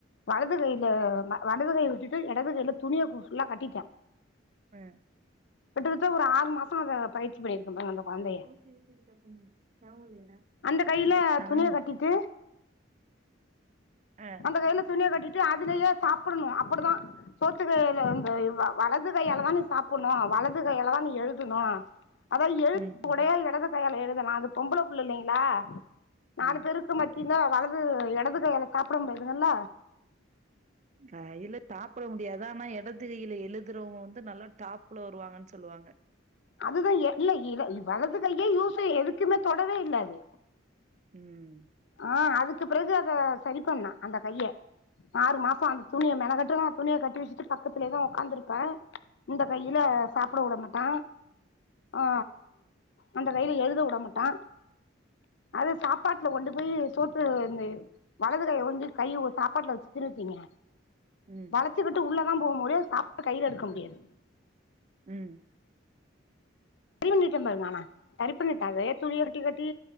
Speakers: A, on the left; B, on the right.
A: வலது கையி ல வ வடது கை விட்டுட்டு இடது கையில துணிய ஃபுல்லா கட்டிட்டே
B: ம்
A: கட்ட ஒரு ஆறு மாசம் அதை பயிற்சி பண்ணிருக்கங்க அந்த
B: <unintelligible>
A: கொழந்தைய அந்த கையில துணிய கட்டிட்டு
B: ஆ
A: அந்த கைல்ல துணிய கட்டிட்டு அதுலயே சாப்பிடணும் அப்படிதான் சோத்துக்கையில வந்து வலது கையில தான நீ சாப்பிடணும் வலது கையில தான எழுதணு அதான் எழுத்து
B: ம் ம்
A: உடையா இடது எழுதலாம் அது பொம்பளை புள்ள இல்லைங்களா நாலு
B: ம்
A: பேருக்கு மத்தி ல வலது எடது கையால சாப்பட முடியாதுங்கல்ல
B: கையில சாப்ட முடியாது ஆனா எடது கையில எழுதுறவங்க வந்து நல்லா டாப்ல வருவாங்கன் சொல்லுவாங்க
A: அதுதா இல்ல இ வலது கையே யூஸ் எதுக்குமே தொடவே இல்ல அது
B: ம்
A: ஆ அதுக்கு பிறகு அத சரி பண்ணா அந்த கைய ஆறு மாசோ அந்த துணிய மெனகெட்டு நா துணிய கட்டி வச்சுட்டு பக்கத்துலே தா உக்காந்துருப்ப இந்த கையில சாப்ட உடமாட்ட ஆ அந்த கைல எழுத உட மாட்ட அது சாப்பாட்டுல கொண்டு போய் சோத்து இந்த வலது கைய வந்து கை சாப்பாட்டுல வச்சுன் வச்சுக்கங்க
B: ம்
A: வளச்சுக்கிட்டு உள்ள போக முடியு சாப்டு கைல எடுக்க முடியாது
B: ம்
A: சரி பண்ணிட்ட பாருங்க ஆனா சரி பண்ணிட்ட வே துணிய கட்டி கட்டி